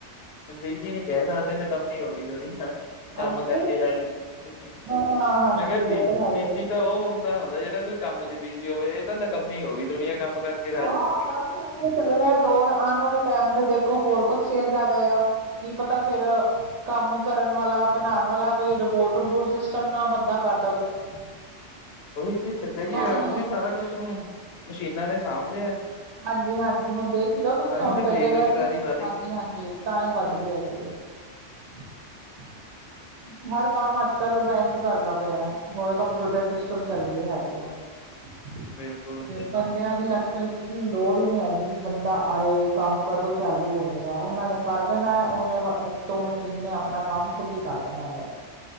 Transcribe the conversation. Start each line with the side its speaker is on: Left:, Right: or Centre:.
Left: ਬਿਜੀ ਨੀ ਕਹਿਣਾ ਆ ਵੇ ਏ ਨਕੰਮੀ ਹੋ ਗਈ ਦੁਨੀਆ ਹਾ ਹਾ ਕੰਮ
Right: ਹਾਂਜੀ
Left: ਕਰਕੇ ਰਾਜੀ ਨੀ ਈ
Right: ਨਾ ਨਾ ਹਾਂਜੀ
Left: ਮੈਂ ਕਿਹਾ ਬੀ
Right: ਇਹ ਤੇ ਹੈ ਹੀ
Left: ਬੀਜੀ ਤਾਂ ਉਹ ਉਨੂੰ ਤਾ ਆ ਹੁੰਦਾ ਜਿਹੜਾ ਕੋਈ ਕੰਮ ਚ ਬਿਜ਼ੀ ਹੋਵੇ ਏ ਇਹ ਤਾਂ ਨਕੰਮੀ ਹੋ ਗਈ ਦੁਨੀਆਂ ਕੰਮ ਕਰਕੇ ਰਾਜੀ
Right: ਹਾਂ
Left: ਨਹੀਂ
Right: ਬਸ ਚੱਲ ਰਿਹਾ ਐ ਦੋਰ ਆਣ ਵਾਲੇ ਟਾਈਮ ਤੇ ਦੇਖੋ ਹੋਰ ਕੁਛ ਚੇਂਜ ਆ ਜਾਏਗਾ ਕੀ ਪਤਾ ਫੇਰ ਐ ਕੰਮ ਕਰਨ ਵਾਲਾ ਬਣਾਉਣ ਵਾਲਾ ਕੋਈ ਰਿਬੋਟ ਰਬੋਟ ਸਿਸਟਮ ਨਾ ਬੰਦਾ ਕਰ ਦਵੇ ਏ
Left: ਉਹੀ ਚੀਜ਼ ਚੱਲੇ ਗੀ
Right: ਨੂੰ
Left: ਅੱਜ ਵੀ ਸਾਰਾ ਕੁਛ ਮਸ਼ੀਨਾਂ ਨੇ ਸਾਂਭ ਲਿਆ
Right: ਹਾਂਜੀ ਹਾਂਜੀ ਈ ਹੁਣ ਦੇਖ ਹੀ ਲਓ ਤੁਸੀਂ
Left: ਤਾਂ
Right: ਹੁਣ
Left: ਤਾਂ
Right: ਕਈ
Left: ਬੇਰੁਜ਼ਗਾਰੀ
Right: ਜਗ੍ਹਾ ਸੀ
Left: ਵੱਧ
Right: ਹਾਂਜੀ
Left: ਗਈ
Right: ਈ ਹਾਂਜੀ ਈ ਤਾਂ ਈ ਵੱਧ ਗਏ ਹੈਗੇ ਆ <inaudible> ਹਰ ਕੰਮ ਅੱਜ ਕੱਲ ਆ ਬੈਂਕ ਕਰਦਾ ਪਿਆ ਹੋ ਕੰਪਿਊਟਰ ਸਿਸਟਮ ਚਲਦੇ ਹੈਗੇ ਐ ਤੇ
Left: ਬਿਲਕੁਲ ਬਿਲਕੁਲ
Right: ਬੰਦਿਆਂ ਦੀ ਅੱਜ ਆ ਸਰਵਿਸ ਨੂੰ ਲੋੜ ਹੀ ਨੀ ਹੈਗੀ ਕੀ ਬੰਦਾ ਆਏ ਕੰਮ ਕਦੋਂ ਚਾਲੂ ਹੋਏਗਾ ਉਹਨਾਂ ਨੇ ਕਰ ਦੇਣਾ ਐ ਉਨੇ ਬਸ ਉਤੋਂ ਮਸ਼ੀਨ ਨੇ ਆਪਣਾ ਕੰਮ ਖੁੱਦ ਈ ਕਰ ਦੇਣਾ ਹੈਗਾ